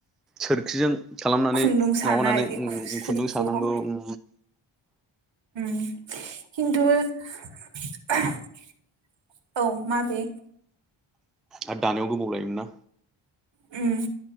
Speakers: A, in the centre; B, on the right.
A: सोरखिजों खालामनानै
B: खुन्दुं सानाय
A: माबानानै ओम
B: सोरखियाव
A: खुन्दुं सानांगौ उम
B: <unintelligible> खिन्थु <unintelligible> औ माबे
A: आरो दानायाव गोबाव लायोमोन ना
B: उम